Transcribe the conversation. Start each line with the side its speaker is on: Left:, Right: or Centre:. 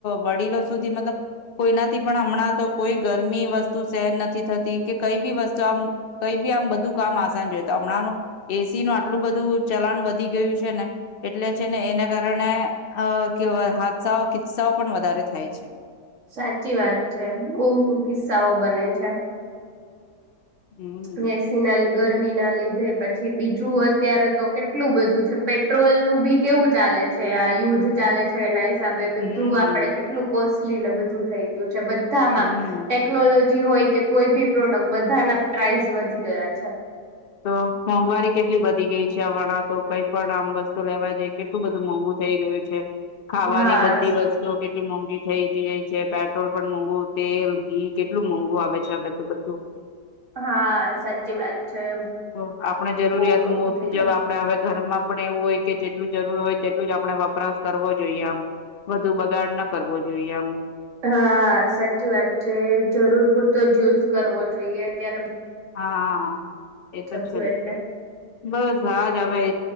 Left: વડીલો સુધી મતલબ કોઈનાથી પણ હમણાં તો કોઈ ગરમી વસ્તુ સેન નથી થતી કે કઈ બી વસ્તુ આમ કઈ બી આમ બધું કામ આસાન જોય હમણાં એસી નું આટલું બધું ચલાણ વધી ગયું છે ને એટલે છે ને એને કારણે અ હાદસાઓ કિસ્સાઓ પણ વધારે થાય છે.
Right: સાચી વાત છે બહુ કિસ્સાઓ બને છે.
Left: હમ
Right: વસી ના ગર ગરમી ના લીધે પછી બીજું અત્યારે તો કેટલું બધું છે પેટ્રોલ નું બી કેવું ચાલે છે આ યુદ્ધ ચાલે છે. હિસાબે બધું
Left: હમ
Right: આપડે કેટલું કોસ્ટ ને બધું થઈ ગયું. બધામાં
Left: હમ
Right: ટેકનોલોજી. હોય કે કોઈ બી પ્રોડક્ટ બધાના પ્રાઇઝ વધી ગયા છે.
Left: તો મોંઘવારી કેટલી વધી ગઈ છે. વાળ તો કઈક પણ આમ વસ્તુ લેવા જાય કેટલું બધું મોંઘુ થઇ ગયું છે. ખાવાની
Right: હા
Left: બધી વસ્તુ કેટલી મોંઘી થઈ. જાય છે પેટ્રોલ પણ મોંઘું તેલ. કેટલું મોંઘુ આવે છે આ બધ બધું.
Right: હા સાચી વાત. છે
Left: તો આપણે જરૂરિયાત
Right: બહુ મોઘું
Left: મો
Right: થઈ
Left: જબ આપડે હ ઘર માં પણ એવું હોય કે જેટલું જરૂર હોય તેટલું જ આપણે વપરાશ કરવો જોઈએ આમ વધુ બગાડ ના કરવો જોઈએ આમ.
Right: હા સાચી વાત છે જરૂર પૂરતો જ્યુસ કરવો જોઈએ ત્યારે
Left: હા એ તો
Right: બધું
Left: છે
Right: એટલે
Left: બસ હાજ હવે